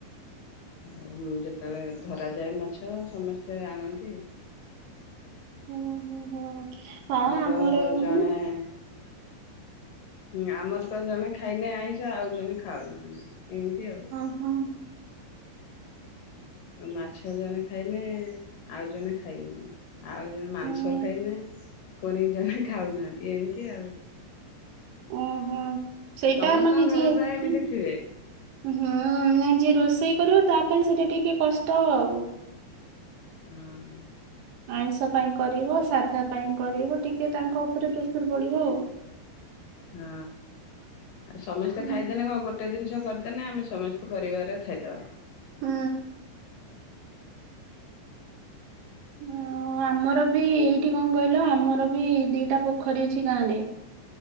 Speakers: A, on the left; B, on the right.
A: ଆଉ ଯେତେବେଳେ ଧରା ଯାଏ ମାଛ ସମସ୍ତେ ଆଣନ୍ତି।
B: ହୁଁ ହୁଁ ହୁଁ ହଁ ଆମର
A: ତ ଜଣେ
B: ଉଁ।
A: ହୁଁ ଆମର ତ ଜଣେ ଖାଇନେ ଆଇଁଷ ଆଉ ଜଣେ ଖାଉନାହାନ୍ତି ଏମିତି ଆଉ।
B: ହଁ ହଁ
A: ମାଛ ଜଣେ ଖାଇନେ ଆଉ ଜଣେ ଖାଇବେନି। ଆଉ ଜଣେ ମାଂସ
B: ହୁଁ
A: ଖାଇନେ ପୁଣି ଜଣେ ଖାଉନାହାନ୍ତି ଏମିତି ଆଉ।
B: ଉଁ ହୁଁ ସେଇଟା
A: ସମସ୍ତଙ୍କ
B: ମାନେ ଯିଏ
A: ଘର ପ୍ରାୟ ଏମିତି
B: ଉଁ,
A: ଥିବେ।
B: ହୁଁ ନାଇ ଯିଏ ରୋଷେଇ କରିବ ତା ପାଇଁ ସେଟା ଟିକେ କଷ୍ଟ ଆଉ।
A: ହୁଁ।
B: ଆଇଁଷ ପାଇଁ କରିବ ସାଧା ପାଇଁ କରିବ ଟିକେ ତାଙ୍କ ଉପରେ ପ୍ରେସର ବଢିବ ଆଉ।
A: ହଁ ଆଉ ସମସ୍ତେ
B: ହୁଁ
A: ଖାଇଦେଲେ କଣ ଗୋଟେ। ଗୋଟେ ଜିନିଷ କରିଦେଲେ ଆମେ ସମସ୍ତେ ପରିବାରରେ ଖାଇଦେବା।
B: ହୁଁ। ହଁ ଆମର ବି ଏଇଠି କଣ କହିଲ ଆମର ବି ଦିଟା ପୋଖରୀ ଅଛି ଗାଁରେ।